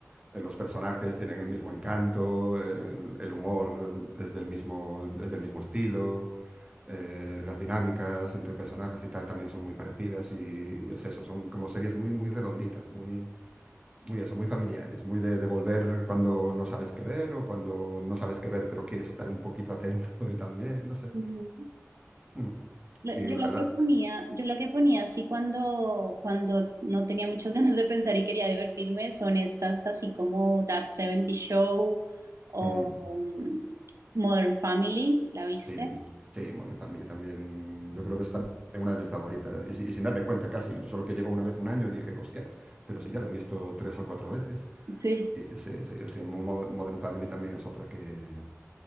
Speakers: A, on the right; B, on the right.
A: eh, los personajes tienen el mismo encanto, el, el humor es del mismo, es del mismo estilo, eh, las dinámicas entre personajes y tal también son muy parecidas y es eso, son como series muy, muy redonditas, muy, Muy eso, muy familiares, muy de, de volver cuando no sabes qué ver o cuando no sabes qué ver, pero quieres estar un poquito atento <laughs> y también, no sé.
B: Ujú.
A: Mm.
B: La-
A: Y
B: Yo la
A: la- la-
B: que ponía, yo la que ponía así cuando, cuando no tenía muchas <laughs> ganas de pensar y quería divertirme son estas así como That 70 Show o
A: mm,
B: mm, Modern Family, ¿la viste?
A: sí, sí, Modern Family también. Yo creo que es también una de mis favoritas. Y, si- y sin darme cuenta casi, solo que llegó una vez un año y dije, hostia, pero sí ya la he visto tres o cuatro veces.
B: Sí.
A: Y sí, sí, sí, Mo- Mo- Modern Family también es otra que,